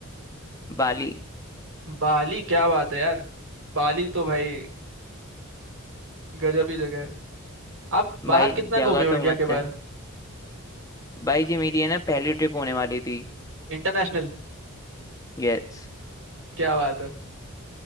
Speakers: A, on the left; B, on the right.
A: बाली
B: बाली क्या बात है यार बाली तो भाई गजब ही जगह है आप
A: भाई
B: बाहर कितना
A: जगह
B: घूमे हो इंडिया
A: तो मस्त
B: के बाहर
A: है भाई ये मेरी है ना पहली ट्रिप होने वाली थी
B: इंटरनेशनल
A: यस
B: क्या बात है